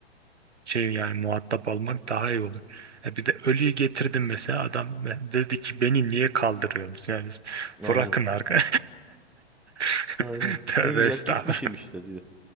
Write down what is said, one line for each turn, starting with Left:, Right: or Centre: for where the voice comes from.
Right: şey yani muhatap almak daha iyi olur. E bir de ölüyü getirdim mesela adam dedi ki beni niye kaldırıyorsunuz? Yani
Centre: Aynen.
Right: bırakın arka. <laughs>
Centre: Aynen.
Right: Tövbe
Centre: Ne güzel
Right: estağfurullah.
Centre: gitmişim işte diyor.